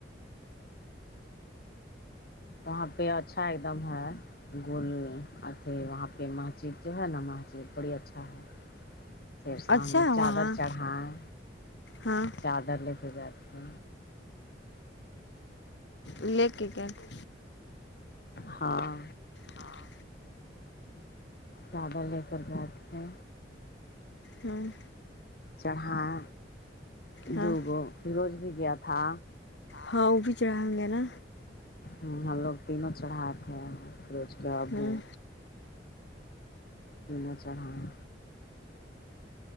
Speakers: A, on the left; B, on the left.
A: وہاں پہ اچھا ایک دم ہے گل آتے وہاں پہ مسجد جو ہے نا مسجد بڑی اچھا ہے سرسہ
B: اچھا
A: میں
B: ہے
A: چادر
B: وہاں
A: چڑھائے
B: ہاں
A: چادر لے کے گئے تھے
B: لیے کے گئے تھے
A: ہاں
B: ہاں
A: چادر لے کر گئے تھے
B: ہوں
A: چڑھایا
B: ہاں
A: دوگو فیروز بھی گیا تھا
B: ہاں وہ بھی چڑھائنگے نا
A: ہوں ہم لوگ تینوں چڑھائے تھے فیروز کے ابو
B: ہوں
A: تینوں چڑھایں